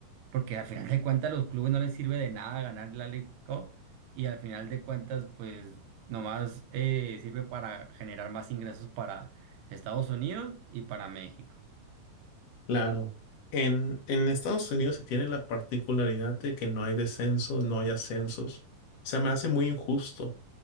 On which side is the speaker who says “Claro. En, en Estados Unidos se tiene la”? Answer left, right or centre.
Left